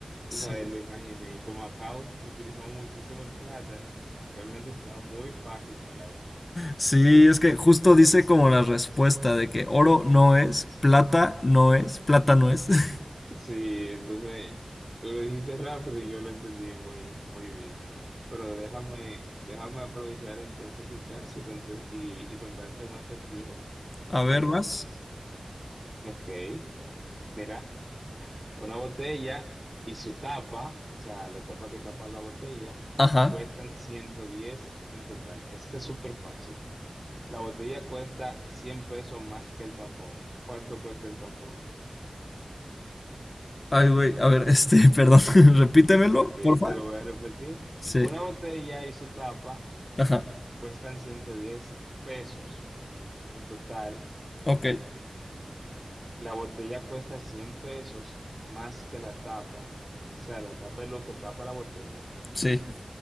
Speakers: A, on the right (about 35°); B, on the left (about 65°).
A: tú
B: Sí.
A: sabes, lo imaginé. Y como acá us- utilizamos muchísimo el plátano, realmente estaba muy fácil para mí.
B: Sí, es que justo dice como la respuesta de que oro no es, plata no es, plata no es. <laughs>
A: Sí, entonces tú lo dijiste rápido y yo lo entendí muy, muy bien. Pero déjame, déjame aprovechar entonces el chance y, conte- y, y contarte un acertijo.
B: A ver,
A: Em,
B: más.
A: Ok, mira, una botella y su tapa, o sea, la tapa que tapa la botella,
B: Ajá,
A: cuestan 110 en total. Este es súper fácil. La botella cuesta 100 pesos más que el tapón. ¿Cuánto cuesta el tapón?
B: Ay, güey, a ver, este, <laughs> perdón, <laughs> repítemelo,
A: Ok, te
B: porfa.
A: lo voy a repetir.
B: Sí,
A: Una botella y su tapa
B: ajá.
A: cuestan 110 pesos en total.
B: Ok,
A: La botella cuesta 100 pesos más que la tapa. O sea, la tapa es lo que tapa la botella.
B: sí.